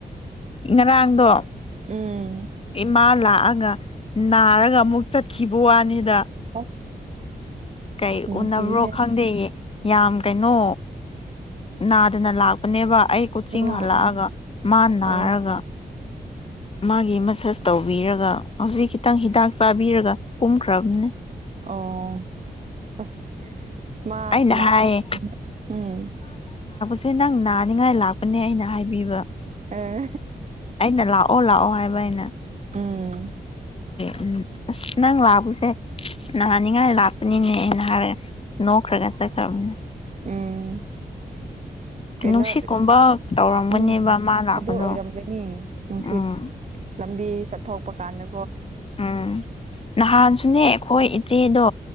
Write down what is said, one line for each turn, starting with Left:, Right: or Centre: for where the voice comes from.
Left: ꯏ ꯉꯗꯔꯥꯡꯗꯣ
Right: ꯎꯝ
Left: ꯏꯃ ꯂꯥꯛꯑꯒ ꯅꯥꯔꯒ ꯑꯃꯨꯛ ꯆꯠꯈꯤꯕꯨ ꯋꯥꯅꯤꯗ
Right: ꯑꯁ
Left: ꯀꯩ
Right: ꯅꯨꯡꯁꯤꯍꯦ
Left: ꯎꯅꯕ꯭ꯔꯣ ꯈꯪꯗꯦꯌꯦ ꯌꯥꯝ ꯀꯩꯅꯣ ꯅꯥꯗꯅ ꯂꯥꯛꯄꯅꯦꯕ ꯑꯩ ꯀꯨꯆꯤꯡ
Right: ꯎꯝ
Left: ꯍꯜꯂꯛꯑꯒ
Right: ꯎꯝ
Left: ꯃꯥ ꯅꯥꯔꯒ
Right: ꯑꯣ
Left: ꯃꯥꯒꯤ ꯃꯁꯥꯁ ꯇꯧꯕꯤꯔꯒ ꯍꯧꯖꯤꯛ ꯈꯤꯇꯪ ꯍꯤꯗꯥꯛ ꯆꯥꯕꯤꯔꯒ ꯀꯨꯝꯈ꯭ꯔꯝꯅꯦ
Right: ꯑꯣ ꯑꯁ ꯃꯥ
Left: ꯑꯩꯅ
Right: ꯂꯥꯛꯄ
Left: ꯍꯥꯏꯌꯦ
Right: ꯎꯝ
Left: ꯁꯤ ꯅꯪ ꯅꯥꯅꯤꯡꯉꯥꯏ ꯂꯥꯛꯄꯅꯦ ꯑꯩꯅ ꯍꯥꯏꯕꯤꯕ
Right: ꯑꯥ
Left: ꯑꯩꯅ ꯂꯥꯛꯑꯣ ꯂꯥꯛꯑꯣ ꯍꯥꯏꯕ ꯑꯩꯅ
Right: ꯎꯝ
Left: ꯑꯗꯨ ꯑꯁ ꯅꯪ ꯂꯥꯛꯄꯁꯦ ꯅꯍꯥꯟꯅꯤꯡꯉꯥꯏ ꯂꯥꯛꯄꯅꯤꯅꯦꯅ ꯍꯥꯏꯔ ꯑꯣ ꯈ꯭ꯔꯔꯒꯁ ꯈꯔꯅ
Right: ꯎꯝ ꯀꯩꯅꯣ
Left: ꯅꯨꯡꯁꯤꯠꯀꯨꯝꯕ ꯇꯧꯔꯝꯒꯅꯦꯕ
Right: ꯎꯝ
Left: ꯃꯥ ꯂꯥꯛꯄꯗꯣ
Right: ꯑꯗꯨ ꯑꯣꯏꯔꯝꯒꯅꯤ ꯅꯨꯡꯁꯤꯠ
Left: ꯎꯝ
Right: ꯂꯝꯕꯤ ꯆꯠꯊꯣꯛꯄ ꯀꯥꯟꯗ
Left: ꯎꯝ ꯅꯍꯥꯟꯁꯨꯅꯦ ꯑꯩꯈꯣꯏ ꯏꯆꯦꯗꯣ